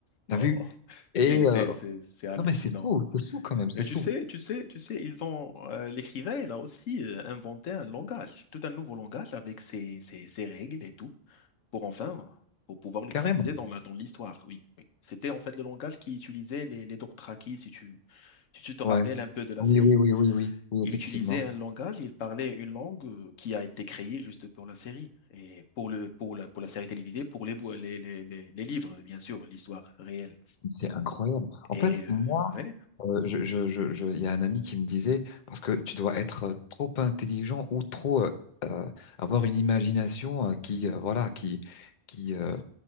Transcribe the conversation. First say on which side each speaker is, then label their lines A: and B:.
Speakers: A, on the left; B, on the left.
A: Non,
B: t'as vu? Et
A: c'est,
B: euh,
A: c'est, c'est, c'est hallucinant.
B: non mais c'est fou, c'est fou quand même, c'est
A: Et tu
B: fou,
A: sais, tu sais, tu sais, ils ont euh, l'écrivain, il a aussi euh, inventé un langage, tout un nouveau langage avec ses, ses- ses règles et tout, pour enfin, euh, pour pouvoir l'utiliser
B: carrément.
A: dans la, dans l'histoire. Oui, oui. C'était en fait le langage qui utilisait les, les Dothraki, si tu, si tu te rappelles
B: Ouais,
A: un peu de la
B: oui,
A: série.
B: oui, oui, oui, oui, oui,
A: Il
B: effectivement.
A: utilisait un langage, il parlait une langue euh, qui a été créée juste pour la série et pour le, pour la, pour la série télévisée, pour les, bou- les, les, les les livres, bien sûr, l'histoire réelle.
B: C'est incroyable. En
A: Et
B: fait,
A: euh,
B: moi,
A: ouais,
B: euh, je, je, je, je- il y a un ami qui me disait, parce que tu dois être euh, trop intelligent ou trop euh, euh, avoir une imagination euh, qui, euh, voilà, qui, qui, euh,